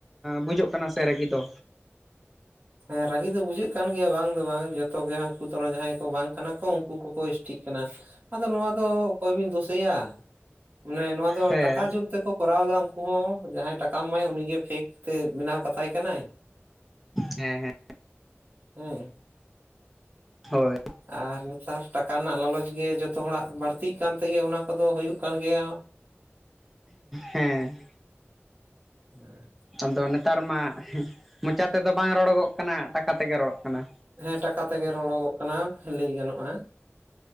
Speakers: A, in the centre; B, on the right (about 40°).
A: ᱵᱩᱡᱩᱜ ᱠᱟᱱᱟ ᱥᱮ ᱨᱟᱹᱜᱤ ᱫᱚ᱾
B: ᱦᱮᱸ ᱨᱟᱹᱜᱤ ᱫᱚ ᱵᱩᱡᱷᱟᱹᱜ ᱠᱟᱱ ᱜᱮᱭᱟ ᱵᱟᱝ ᱫᱚ ᱵᱟᱝ ᱡᱚᱛᱚ ᱜᱮ ᱦᱟᱹᱠᱩ ᱛᱚᱨᱚᱢ ᱡᱟᱦᱟᱸᱭ ᱠᱚ ᱵᱟᱝ ᱠᱟᱱᱟ ᱠᱚ ᱩᱱᱠᱩ ᱠᱚᱠᱚ ᱮᱥ ᱴᱷᱤᱠ ᱠᱟᱱᱟ, ᱟᱫᱚ ᱱᱚᱣᱟ ᱫᱚ ᱚᱠᱚᱭ ᱵᱤᱱ ᱫᱤᱥᱩᱟᱹᱭᱟ ᱢᱟᱱᱮ ᱱᱚᱣᱟ ᱫᱚ
A: ᱦᱮᱸ
B: ᱴᱟᱠᱟ ᱡᱳᱨ ᱛᱮᱠᱚ ᱠᱚᱨᱟᱣ ᱮᱫᱟ ᱩᱱᱠᱩ ᱦᱚᱸ ᱡᱟᱦᱟᱸᱭ ᱴᱟᱠᱟᱢ ᱮᱢᱟᱭ ᱩᱱᱤ ᱜᱮ ᱯᱷᱮᱠ ᱛᱮ ᱵᱮᱱᱟᱣ ᱠᱟᱛᱟᱭ ᱠᱟᱱᱟᱭ᱾
A: ᱦᱮᱸ ᱦᱮᱸ
B: ᱦᱮᱸ
A: ᱦᱳᱭ
B: ᱟᱨ ᱱᱮᱛᱟᱨ ᱴᱟᱠᱟ ᱨᱮᱱᱟᱜ ᱞᱟᱞᱚᱪ ᱜᱮ ᱡᱚᱛᱚ ᱦᱚᱲᱟᱜ ᱵᱟᱹᱲᱛᱤᱜ ᱠᱟᱱ ᱛᱮᱜᱮ ᱚᱱᱟ ᱠᱚᱫᱚ ᱦᱩᱭᱩᱜ ᱠᱟᱱ ᱜᱮᱭᱟ᱾
A: ᱦᱮᱸ
B: ᱦᱮᱸ
A: ᱟᱫᱚ ᱱᱮᱛᱟᱨ ᱢᱟ ᱢᱚᱪᱟ ᱛᱮᱫᱚ ᱵᱟᱝ ᱨᱚᱲᱚᱜᱚᱜ ᱠᱟᱱᱟ ᱴᱟᱠᱟ ᱛᱮᱜᱮ ᱨᱚᱲᱚᱜ ᱠᱟᱱᱟ᱾
B: ᱦᱮᱸ ᱴᱟᱠᱟ ᱛᱮᱜᱮ ᱨᱚᱲᱚᱜᱚᱜ ᱠᱟᱱᱟ ᱞᱟᱹᱭ ᱜᱟᱱᱚᱜᱼᱟ᱾